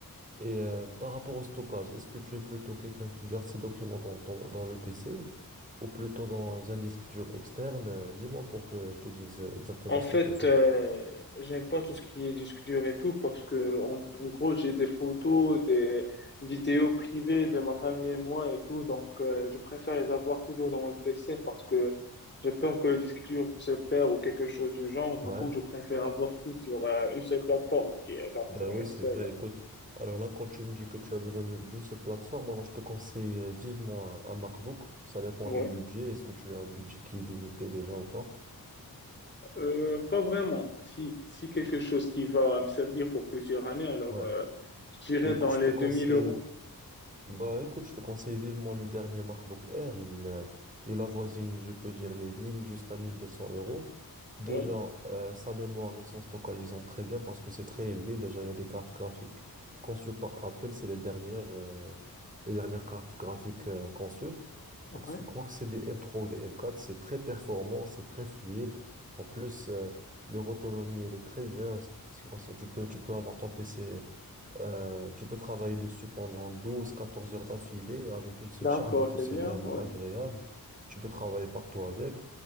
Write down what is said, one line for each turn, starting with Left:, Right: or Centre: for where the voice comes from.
Right: Et euh, par rapport au stockage, est-ce que tu es plutôt quelqu'un qui garde ses documents dans, dans, dans le PC ou plutôt dans un disque dur externe? Euh, Dis-moi pour que je te dise euh, exactement
Left: En
Right: ce
Left: fait,
Right: qu'il te faut.
Left: euh, j'aime pas tout ce qui est disque dur et tout parce que, en, en gros, j'ai des photos, des vidéos privées de ma famille et moi et tout, donc euh, je préfère les avoir toujours dans mon PC parce que j'ai peur que le disque dur se perd ou quelque chose du genre. Du
Right: Ouais.
Left: coup, je préfère avoir tout sur euh, une seule plateforme, qui est genre
Right: Ben
Left: sur une
Right: oui, c'est
Left: seule.
Right: vrai. Écoute, alors là, quand tu me dis que tu as besoin d'une d'une seule plateforme, alors je te conseille euh, vivement un, un MacBook. Ça dépend
Left: Ouais.
Right: du budget. Est-ce que tu as un budget qui est limité déjà ou pas?
Left: Euh, pas vraiment. Si, si quelque chose qui va me servir pour plusieurs années, alors
Right: Ouais.
Left: euh, je dirais
Right: Ben écoute,
Left: dans
Right: je
Left: les
Right: te conseille
Left: 2000 euros.
Right: Bah écoute, je te conseille vivement le dernier MacBook Air. Il, euh, il avoisine, je peux dire, les 1000 jusqu'à 1200 euros. Déjà,
Left: Ouais,
Right: euh, sa mémoire et son stockage, ils sont très bien parce que c'est très élevé. Déjà, il y a des cartes graphiques conçues par Apple. C'est les dernières, euh, les dernières cartes graphiques euh, conçues.
Left: ouais.
Right: Donc, je crois que c'est des M3 ou des M4. C'est très performant, c'est très fluide. En plus, euh, leur autonomie, elle est très bien. Ce qui concerne- tu peux, tu peux avoir ton PC euh, tu peux travailler dessus pendant 12-14 heures d'affilée avec une seule
Left: D'accord,
Right: charge, du coup
Left: c'est
Right: c'est
Left: bien,
Right: vraiment
Left: ouais.
Right: agréable. Tu peux travailler partout avec.